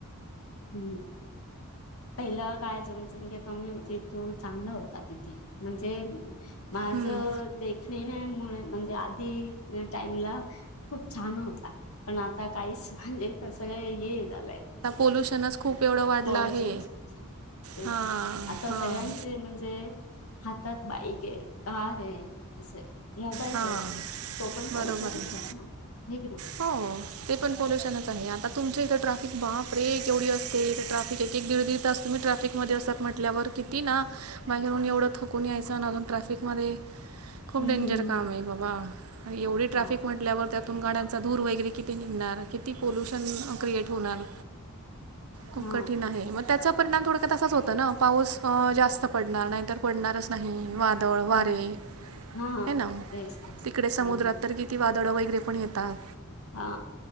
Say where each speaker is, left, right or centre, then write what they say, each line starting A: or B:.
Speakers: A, on the left; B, on the right.
A: हम्म पहिलं काय जनसंख्या कमी होती तो चांगला होता तिथे म्हणजे माझ
B: हम्म.
A: देखणी मु म्हणजे आधी टाईमला खूप छान होता पण आता काहीच म्हणजे सगळ ये झालं
B: ोल्युशनच खू एवढं वाढलं
A: पॉलून
B: आहे
A: तेच
B: हां
A: आता
B: हां
A: सगळ्यांचे म्हणजे हातात बाईक आहे कार आहे असं आहे मोबाईल
B: हां
A: दे तो पण पडस
B: बरोबर
A: असेल
B: आहे
A: ना हे क ना
B: हो ते पण पॉोल्युशनच आहे आता तुमच्या इथं ट्राफिक बाप रे एवढी असते इथे ट्राफिक एक एक दीड दीड तुम्ही ट्रॅफिकमध्येध्ये असतात म्हटल्यावर किती ना बाहेरून एवढं थकून यायचं ना अजून ट्रॅफिक मध्ये खूप
A: हम्म
B: डेंजर
A: हम्म
B: काम आहे बाबा एवढी ट्राफिक
A: हा
B: म्हण आपल्यावर त्यातून गाड्यांचा धूर वगैरे किती निघणार? किती पोलुशन क्रिएट होणार? खूप
A: हा
B: कठीण आहे मग त्याचा परिणाम थोडक्यात असाच होतो ना पाऊस जास्त पडणार नाही, तर पडणारच नाही वा दळ वारे
A: पण हा
B: आहे ना
A: तेच ते हम्म
B: तिकडे समुद्रात तर किती वादळं वगैरे पण येतात.
A: हा